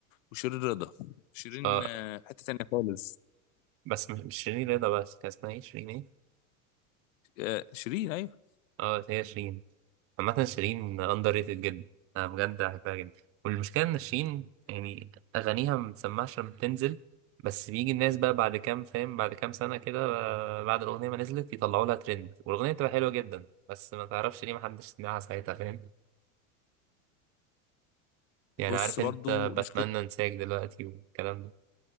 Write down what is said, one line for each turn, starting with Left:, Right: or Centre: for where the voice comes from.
Left: وشيرين رضا شيرين
Right: اه
Left: آه، حته تانيه خالص
Right: بس مش مش شيرين رضا بس كان اسمها ايه شيرين ايه
Left: آه، شيرين ايوه
Right: اه هي شيرين عامة شيرين أندر ريتد جدا أنا بجد بحبها جدا والمشكلة إن شيرين يعني أغانيها ما بتسمعش لما بتنزل بس بيجي الناس بقى بعد كام فاهم بعد كام سنة كده آه، بعد الأغنية ما نزلت يطلعوا لها ترند والأغنية بتبقى حلوة جدا بس ما تعرفش ليه محدش سمعها ساعتها فاهم يعني
Left: بص
Right: عارف
Left: برضو
Right: أنت
Left: مش
Right: بتمنى
Left: كده
Right: أنساك دلوقتي والكلام ده